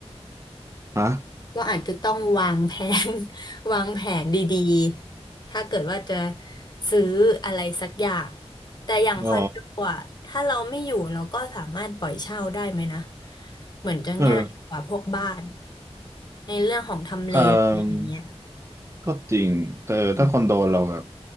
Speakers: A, on the right; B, on the left.
A: อ่ะ
B: ก็อาจจะต้องวางแผน <laughs> วางแผนดีๆ ถ้าเกิดว่าจะซื้ออะไรสักอย่าง แต่อย่างคอนโดอ่ะถ้าเราไม่อยู่เราก็สามารถปล่อยเช่าได้ไหมนะ
A: อ๋อ
B: เหมือนจะง่ายกว่าพวกบ้าน
A: เออ
B: ในเรื่องของทำเลอะไรอย่างเงี้ย
A: อ่าก็จริงแต่ถ้าคอนโดเราแบบ
B: อืม